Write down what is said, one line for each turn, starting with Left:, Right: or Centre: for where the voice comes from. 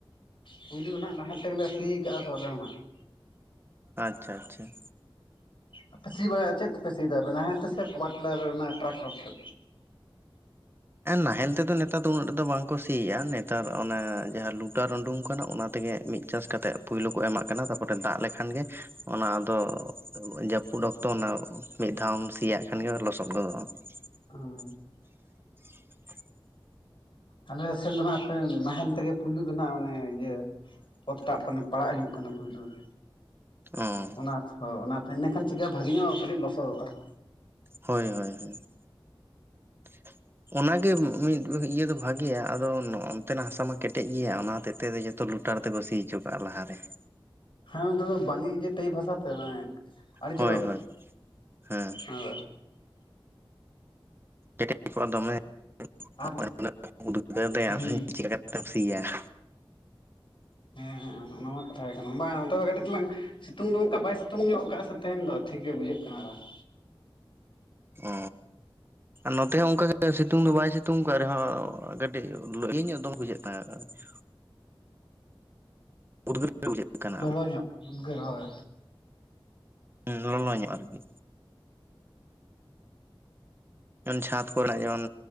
Left: ᱯᱩᱭᱞᱩ ᱱᱟᱦ ᱱᱟᱦᱮᱞ ᱛᱮᱜᱮᱞᱮ ᱥᱤ ᱠᱟᱜᱼᱟ ᱛᱚ ᱟᱞᱮ ᱦᱚᱸᱦᱟᱸᱜ ᱾
Right: ᱟᱪᱪᱷᱟ ᱟᱪᱪᱷᱟ ᱾
Left: ᱟᱯᱮ ᱥᱤ ᱵᱟᱲᱟ ᱪᱮᱫ ᱛᱮᱯᱮ ᱥᱤ ᱮᱫᱟ ᱱᱟᱦᱮᱞ ᱛᱮ ᱥᱮ ᱯᱟᱴᱴᱤᱞᱟᱨ ᱚᱱᱟ ᱴᱨᱟᱠᱴᱚᱨ ᱛᱮ?
Right: ᱱᱟᱦᱮᱞ ᱛᱮᱫᱚ ᱱᱮᱛᱟᱨ ᱫᱚ ᱩᱱᱟᱹᱜ ᱴᱟᱜ ᱫᱚ ᱵᱟᱝᱠᱚ ᱥᱤᱭᱟ ᱱᱮᱛᱟᱨ ᱚᱱᱟ ᱡᱟᱦᱟᱸ ᱞᱩᱴᱟᱨ ᱩᱰᱩᱝ ᱠᱟᱱᱟ ᱚᱱᱟ ᱛᱮᱜᱮ ᱢᱤᱫ ᱪᱟᱥ ᱠᱟᱛᱮᱫ ᱯᱩᱭᱞᱩ ᱠᱚ ᱮᱢᱟᱜ ᱠᱟᱱᱟ ᱛᱟᱯᱚᱨᱮ ᱫᱟᱜ ᱞᱮᱠᱷᱟᱱ ᱜᱮ ᱚᱱᱟ ᱫᱚ ᱡᱟᱹᱯᱩᱫ ᱚᱠᱛᱚ ᱚᱱᱟ ᱢᱤᱫ ᱫᱷᱟᱣᱮᱢ ᱥᱤᱭᱟᱜ ᱠᱷᱟᱱᱜᱮ ᱞᱚᱥᱚᱫ ᱜᱚᱫᱚᱜᱼᱟ ᱾
Left: ᱚᱸ
Right: <inaudible>
Left: ᱾
Right: <inaudible>
Left: ᱟᱞᱮ ᱥᱮᱫ ᱫᱚ <unintelligible> ᱱᱟᱦᱮᱞ ᱛᱮᱜᱮ ᱯᱩᱭᱞᱩ ᱫᱚ ᱱᱟᱜ ᱚᱱᱮ ᱤᱡᱟᱹ <unintelligible> ᱯᱟᱲᱟᱜ ᱦᱩᱭᱩᱜ ᱠᱟᱱᱟ ᱯᱩᱭᱞᱩ ᱾
Right: ᱚᱸᱻ ᱾
Left: ᱚᱱᱟ ᱪᱷᱚ ᱚᱱᱟᱛᱮ ᱤᱱᱟᱹᱠᱷᱟᱱ ᱪᱤᱠᱟᱹᱜᱼᱟ ᱵᱷᱟᱜᱮ ᱧᱚᱜ ᱠᱟᱹᱴᱤᱡ ᱞᱚᱥᱚᱫᱚᱜᱼᱟ ᱾
Right: ᱦᱳᱭ ᱦᱳᱭ ᱦᱳᱭ ᱾ ᱚᱱᱟ ᱜᱮ ᱢᱤᱫ ᱤᱭᱟᱹ ᱫᱚ ᱵᱷᱟᱜᱮᱭᱟ ᱟᱫᱚ ᱱᱚᱜᱼᱚᱱ ᱛᱮᱱᱟᱜ ᱦᱟᱥᱟ ᱢᱟ ᱠᱮᱴᱮᱡ ᱜᱮᱭᱟ ᱚᱱᱟ ᱦᱚᱛᱮᱫ ᱛᱮ ᱡᱚᱛᱚ ᱞᱩ ᱞᱩᱴᱟᱨ ᱛᱮᱠᱚ ᱥᱤ ᱚᱪᱚ ᱠᱟᱜᱼᱟ ᱞᱟᱦᱟᱨᱮ ᱾
Left: ᱦᱟᱸ ᱫᱚ ᱵᱟᱞᱤ ᱜᱮ ᱴᱟᱭᱤᱯ ᱦᱟᱥᱟ ᱥᱮ ᱢᱟᱱᱮ ᱟᱹᱰᱤ
Right: ᱦᱳᱭ
Left: ᱪᱚᱨᱚᱠ
Right: ᱦᱳᱭ ᱦᱮᱸ
Left: ᱟᱸ
Right: ᱠᱮᱴᱮᱡ ᱠᱚᱜ-ᱟ ᱫᱚᱢᱮ <unintelligible>
Left: ᱟᱨ ᱦᱩᱸ
Right: ᱪᱤᱠᱟᱹ ᱠᱟᱛᱮᱢ ᱥᱤᱭᱟ ᱾
Left: ᱦᱮᱸ ᱚᱱᱟ ᱢᱟ ᱠᱟᱛᱷᱟ ᱜᱮ ᱠᱟᱱᱟ ᱵᱟᱝ ᱟᱫᱚ ᱠᱟᱹᱴᱤᱡ ᱪᱮᱞᱟᱝ ᱥᱤᱛᱩᱝ ᱫᱚ ᱚᱱᱠᱟ ᱵᱟᱭ ᱥᱤᱛᱩᱝ ᱧᱚᱜ ᱟᱠᱟᱜᱼᱟ ᱥᱮ ᱛᱮᱦᱮᱱ ᱫᱚ ᱴᱷᱤᱠ ᱜᱮ ᱵᱩᱡᱷᱟᱹᱜ ᱠᱟᱱᱟ ᱟᱫᱚ ᱾
Right: ᱚ ᱟᱨ ᱱᱚᱛᱮ ᱦᱚᱸ ᱚᱱᱠᱟ ᱜᱮ ᱥᱤᱛᱩᱝ ᱫᱚ ᱵᱟᱭ ᱥᱤᱛᱩᱝ ᱟᱠᱟᱫ ᱨᱮᱦᱚᱸ ᱠᱟᱹᱴᱤᱡ ᱤᱭᱟᱹ ᱧᱚᱜ ᱫᱚᱢᱮ ᱵᱩᱡᱷᱟᱹᱜ ᱠᱟᱱᱟ᱾ <unintelligible> ᱩᱫᱽᱜᱟᱹᱨ ᱜᱮ ᱵᱩᱡᱷᱟᱹᱜ ᱠᱟᱱᱟ
Left: ᱞᱚᱞᱚ ᱧᱚᱜ ᱩᱫᱽᱜᱟᱹᱨ ᱦᱳᱭ
Right: <inaudible> ᱞᱚᱞᱚ ᱧᱚᱜ ᱟᱨᱠᱤ᱾ ᱪᱷᱟᱫᱽ ᱠᱚᱨᱮᱱᱟᱜ ᱡᱮᱢᱚᱱ